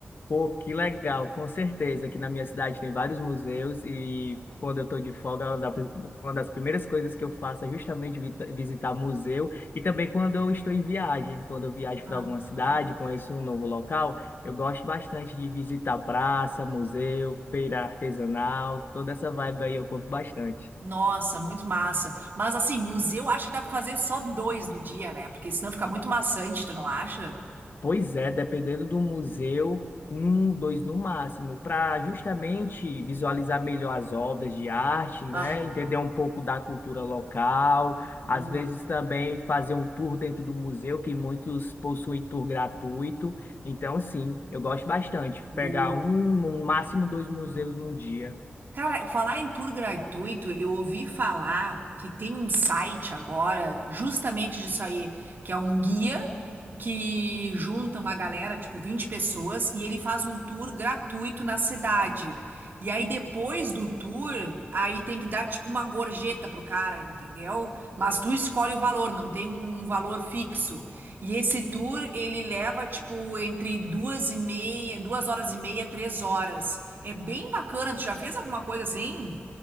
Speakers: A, on the left (about 55°); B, on the right (about 55°).
A: Pô, que legal, com certeza. Aqui na minha cidade tem vários museus e quando eu estou de folga, é uma da- uma das primeiras coisas que eu faço é justamente vi- visitar museu e também quando eu estou em viagem. Quando eu viajo para
B: Ah,
A: alguma cidade, conheço um novo local, eu gosto bastante de visitar praça, museu, feira artesanal, toda essa vibe aí eu curto bastante.
B: Nossa, muito massa. Mas assim, museu acho que dá pra fazer só dois no dia, né? Porque senão fica muito maçante, tu não acha?
A: Pois é, dependendo do museu, um, dois no máximo, para justamente visualizar melhor as obras de arte, né?
B: Aham,
A: Entender um pouco da cultura local,
B: boa,
A: às vezes também fazer um tour dentro do museu, que muitos possuem tour gratuito. Então, sim, eu gosto bastante.
B: boa.
A: Pegar um, no máximo dois museus num dia.
B: Cara, falar em tour gratuito, eu ouvi falar que tem um site agora, justamente disso aí, que é um guia que junta uma galera, tipo 20 pessoas, e ele faz um tour gratuito na cidade. E aí depois do tour, aí tem que dar tipo uma gorjeta pro cara, entendeu? Mas tu escolhe o valor, não tem um valor fixo. E esse tour, ele leva tipo entre duas e meia, duas horas e meia, três horas. É bem bacana. Tu já fez alguma coisa assim?